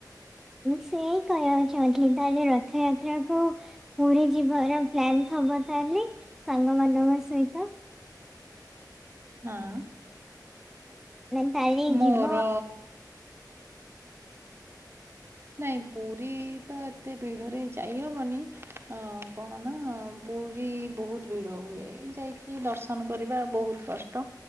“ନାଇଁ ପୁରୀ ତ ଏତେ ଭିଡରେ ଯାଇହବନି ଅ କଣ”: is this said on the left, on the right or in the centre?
Right